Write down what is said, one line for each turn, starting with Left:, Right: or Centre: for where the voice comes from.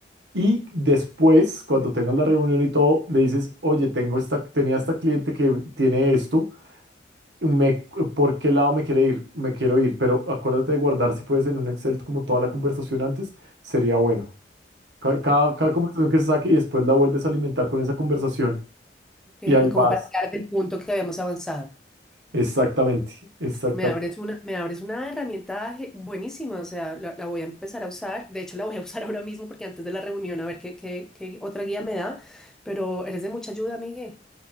Right: Y después, cuando tengas la reunión y todo, le dices, oye, tengo esta, tenía esta cliente que tiene esto, me, ¿por qué lado me quiere ir? Me quiero ir, pero acuérdate de guardar, si puedes, en un Excel como toda la conversación antes, sería bueno. Ca- Cada, cada conversación que se saque y después la vuelves a alimentar con esa conversación
Centre: eh,
Right: y ahí
Centre: y como
Right: vas.
Centre: para quedar del punto que habíamos avanzado.
Right: Exactamente, exactamente.
Centre: Me abres una, me abres una herramienta ge- buenísima, o sea, la, la voy a empezar a usar. De hecho, la voy a <laughs> usar ahora mismo porque antes de la reunión a ver qué, qué, qué otra guía me da, pero eres de mucha ayuda, Migue.